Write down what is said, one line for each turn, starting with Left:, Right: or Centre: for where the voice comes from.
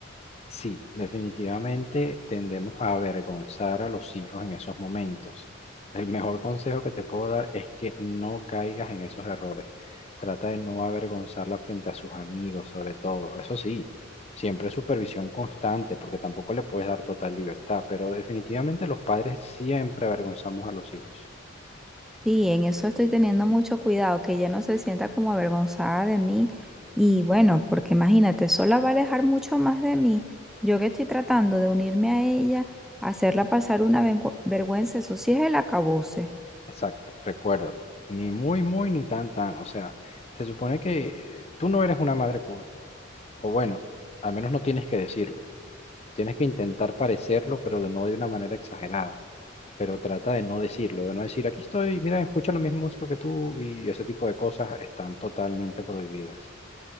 Left: Sí, definitivamente tendemos a avergonzar a los hijos en esos momentos. El mejor consejo que te puedo dar es que no caigas en esos errores. Trata de no avergonzarla frente a sus amigos, sobre todo. Eso sí, siempre supervisión constante, porque tampoco le puedes dar total libertad, pero definitivamente los padres siempre avergonzamos a los hijos.
Centre: Sí, en eso estoy teniendo mucho cuidado, que ella no se sienta como avergonzada de mí. Y bueno, porque imagínate, sola va a alejar mucho más de mí. Yo que estoy tratando de unirme a ella, hacerla pasar una vengu- vergüenza, eso sí es el acabose.
Left: Exacto, recuérdalo. Ni muy, muy, ni tan, tan. O sea, se supone que eh, tú no eres una madre cool, o bueno, al menos no tienes que decirlo. Tienes que intentar parecerlo, pero de no de una manera exagerada. Pero trata de no decirlo, de no decir, aquí estoy, mira, escucha la misma música que tú y ese tipo de cosas están totalmente prohibidas.